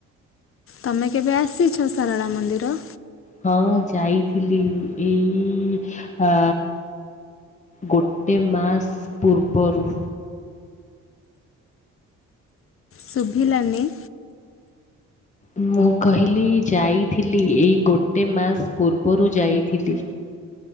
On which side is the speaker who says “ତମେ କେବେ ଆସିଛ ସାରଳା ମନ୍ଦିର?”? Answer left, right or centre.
Left